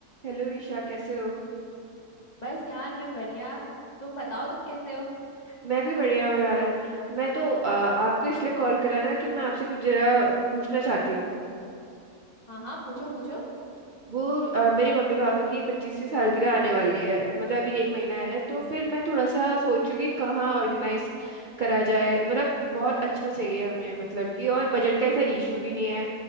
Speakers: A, on the right; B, on the left.
A: हेलो ईशा कैसे हो
B: बस यार मैं बढ़िया तुम बताओ तुम कैसे हो
A: मैं भी बढ़िया हूँ यार मैं तो अ, आपको इसलिए कॉल करा है ना कि मैं आपसे कुछ जरा पूछना चाहती हूँ
B: हाँ हाँ पूछो पूछो
A: वो अ, मेरे मम्मी पापा की पच्चीसवीं सालगिरह आने वाली है मतलब अभी एक महीना है तो फिर मैं थोड़ा सा सोचूं कि कहाँ ऑर्गेनाइज करा जाए मतलब बहुत अच्छा चाहिए हमें मतलब कि और बजट का ऐसा इशू भी नहीं है